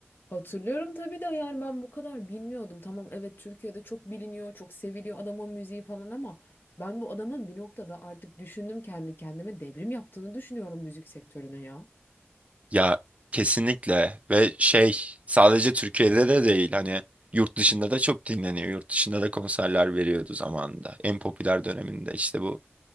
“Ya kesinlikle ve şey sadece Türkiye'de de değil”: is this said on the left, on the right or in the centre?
Right